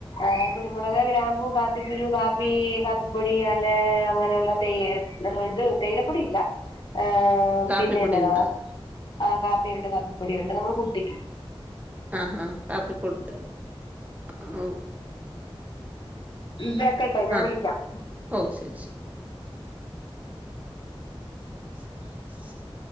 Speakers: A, on the left; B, on the right.
A: ആഹ് കുരുമുളക് ഗ്രാമ്പു കാപ്പി കുരു കാപ്പി കാപ്പിപ്പൊടി അല്ലെ അങ്ങനെയുള്ളൊ തേയെ ഇത് തേയിലപ്പൊടിയില്ല ഏഹ്
B: കാപ്പിപ്പൊടിയുണ്ട്
A: പിന്നെ എന്നതാ ആഹ് കാപ്പിയുണ്ട് കാപ്പിപ്പൊടിയുണ്ട് നമ്മള് കുട്ടിക്കും
B: ആഹ് ഹാ കാപ്പി പുട്ട് ഉം ഉം
A: വെക്കട്ടെ ഞാൻ
B: ആഹ്
A: വിളിക്കാം.
B: ഓഹ് ശരി ശരി. ഉ